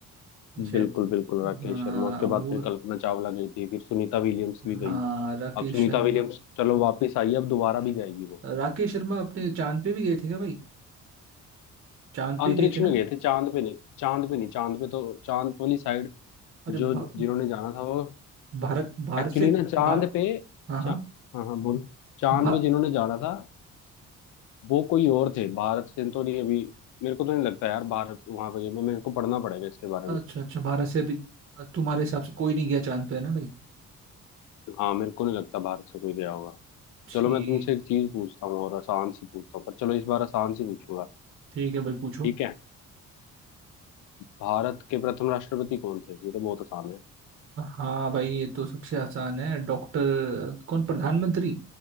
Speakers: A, on the right; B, on the left.
A: ये शायद
B: बिल्कुल बिल्कुल राकेश
A: हाँ
B: शर्मा उसके
A: वो
B: बाद फिर कल्पना चावला गई थी फिर सुनीता विलियम्स भी गई
A: हाँ राकेश
B: अब सुनीता
A: शर्मा
B: विलियम्स चलो वापस आई है, अब दोबारा भी जाएगी वो
A: राकेश शर्मा अपने चांद पे भी गए थे क्या भाई चांद
B: अंतरिक्ष
A: पे गए थे ना
B: में गए थे चांद पे नहीं चांद पे नहीं चांद पे तो चांद वाली साइड
A: अच्छा
B: जो
A: भा,
B: जिन्होंने जाना था वो
A: भारत भारत
B: एक्चुअली
A: से
B: ना चांद
A: भा,
B: पे
A: हाँ हाँ
B: चा, हाँ हाँ बोल चांद
A: भा,
B: पे जिन्होंने जाना था वो कोई और थे भारत से तो नहीं अभी मेरे को तो नहीं लगता यार भारत वहां पे गए मैं मेरे को पढ़ना पड़ेगा इसके बारे
A: अच्छा
B: में
A: अच्छा भारत से अभी तुम्हारे हिसाब से कोई नहीं गया चांद पे है ना भाई
B: हाँ मेरे को नहीं लगता भारत से कोई गया होगा
A: ठीक
B: चलो मैं तुमसे एक चीज पूछता हूँ और आसान सी पूछता हूँ पर चलो इस बार आसान सी पूछूंगा
A: ठीक है भाई पूछो
B: ठीक है भारत के प्रथम राष्ट्रपति कौन थे ये तो बहुत आसान है
A: हाँ भाई ये तो सबसे आसान है डॉक्टर कौन प्रधानमंत्री